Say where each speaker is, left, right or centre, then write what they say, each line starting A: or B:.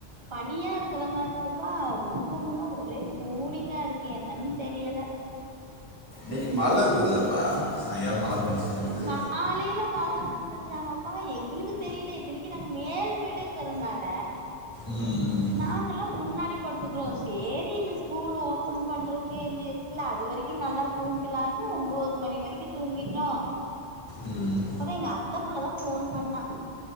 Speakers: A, on the right; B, on the left.
A: பனியா இருக்கற மாருக்குப்பா ஒடம்புல்லா ஒரே கூலிங்கா இருக்கு என்னன் தெரியல
B: இன்னக்கி மழ இருந்துதுல்லப்பா சாயங்காலொ மழ பேஞ்ச்சிச் பேஞ்சிது
A: காலையில மழ வந்துச்சாங்கப்பா எங்களுக்கு தெரியல இத்தனைக்கு நாங்க மேல் வீடுங்குறனால
B: ம்,
A: நாங்கல்லா முன்னாடி படுத்துக்குறோ சேரி இந்த ஸ்கூல் ஓப்பன் பண்றத்துக்கே இன்னு இருக்குல்ல அது வரிக்கு நல்லா தூங்கில்லான்னு ஒம்போது மணி வரிக்கு தூங்கிட்டோ
B: ம்.
A: அட எங்க அத்தப்புள்ளதா ஃபோன் பண்ணா